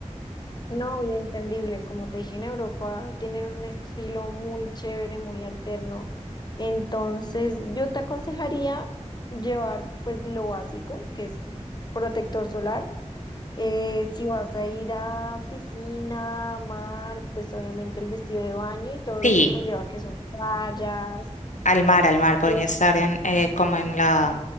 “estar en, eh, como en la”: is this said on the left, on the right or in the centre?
Left